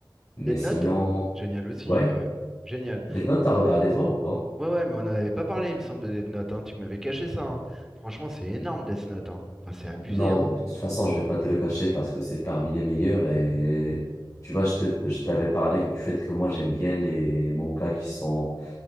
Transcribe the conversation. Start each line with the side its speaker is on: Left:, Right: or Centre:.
Left: Mais
Centre: Death
Left: sinon,
Centre: Note? Génial aussi,
Left: ouais.
Centre: ouais, ouais. Génial.
Left: Death Note, t'as regardé toi ou pas?
Centre: Ouais, ouais, mais on n'en avait pas parlé, il me semble, de Death Note, hein. Tu m'avais caché ça, hein. Franchement, c'est énorme, Death Note, hein. Enfin, c'est abusé,
Left: Non,
Centre: hein.
Left: de toute façon, je vais pas te le cacher parce que c'est parmi les meilleurs et tu vois, je te, je t'avais parlé du fait que moi j'aime bien les mangas qui sont